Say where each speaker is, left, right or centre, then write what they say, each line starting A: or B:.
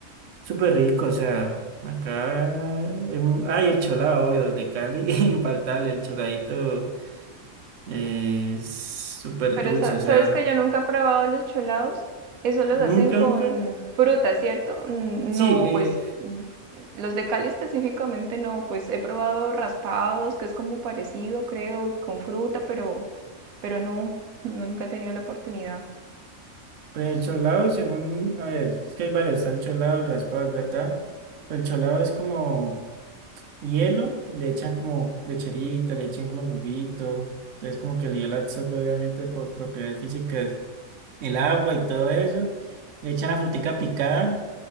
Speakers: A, on the right (about 65°); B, on the right (about 80°).
A: súper rico, o sea, acá, hay mu- ah, y el cholado, obvio, de Cali, <laughs> infaltable, el choladito eh, es súper
B: pero
A: dulce,
B: sa-
A: o
B: sabes
A: sea,
B: que yo nunca he probado los cholados. Eso los
A: nunca,
B: hacen con
A: nunca,
B: fruta, ¿cierto? Mm,
A: sí,
B: No,
A: eh,
B: pues mm, los de Cali específicamente no, pues he probado raspados, que es como parecido, creo, con fruta, pero, pero no, <laughs> nunca he tenido la oportunidad.
A: pues el cholado, según, a ver, es que hay varios, está el cholado, el raspado, es ¿verdad? El cholado es como... hielo y le echan como lecherita, le echan como el juguito. Entonces como que el hielo absorbe obviamente por propiedades físicas el agua y todo eso. Le echan la frutica picada